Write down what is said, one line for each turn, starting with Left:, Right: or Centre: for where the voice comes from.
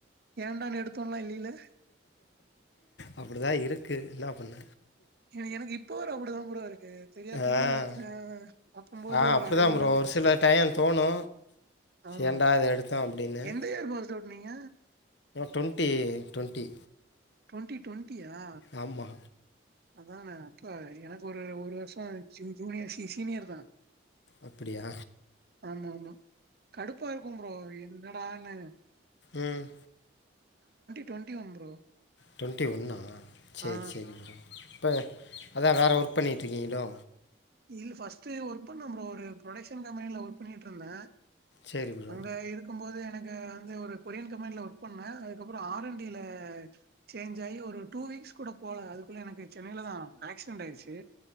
Right: ஏன்டான்னு எடுத்தோன்லா இல்லைல
Left: அப்படி தா இருக்கு என்ன பண்ண
Right: என எனக்கு இப்ப வர அப்படிதா ப்ரோ இருக்கு தெரியாதனமா
Left: ஆ
Right: எடுத்துட்டே அப்பம்போது
Left: ஆ அப்படிதா
Right: ஒரு அறிவு
Left: ப்ரோ
Right: இல்லாம
Left: ஒரு
Right: எடுத்துட்டே
Left: சில டைம் தோணு
Right: ஆமா
Left: ஏன்டா இத எடுத்தோ அப்டின்னு
Right: எந்த இயர் பாஸ்டு அவுட் நீங்க
Left: டொண்ட்டி டொண்ட்டி
Right: டொண்ட்டி டொண்ட்டியா
Left: ஆமா
Right: அதானே அப்ப எனக்கு ஒரு ஒரு வருஷோ ஜு ஜூனியர் சீ சீனியர் தா
Left: அப்படியா
Right: ஆமா ஆமா கடுப்பா இருக்கு ப்ரோ என்ன டானு
Left: ம்
Right: டுவெண்ட்டி ஒன் ப்ரோ
Left: டொண்ட்டி ஒன்னா சேர்
Right: ஆ
Left: சேரி ப்ரோ இப்ப அதா வேற ஒர்க் பண்ணட்டு இருக்கீங்களோ
Right: இல்லு ஃபஸ்ட்டு ஒர்க் பண்ணே ப்ரோ ஒரு ப்ரொடக்ஷன் கம்பெனில ஒர்க் பண்ணிட்டு இருந்தே
Left: சரி ப்ரோ
Right: அங்க இருக்கும் போது எனக்கு வந்து ஒரு கொரியன் கம்பெனில ஒர்க் பண்ணே அது க்கு அப்புற ஆர்அண்ட்டில சேஞ்ச் ஆயி ஒரு டூ வீக்ஸ் கூட போல அதுக்குள்ள எனக்கு சென்னைலதா ஆக்சிடெண்ட் ஆயிருச்சு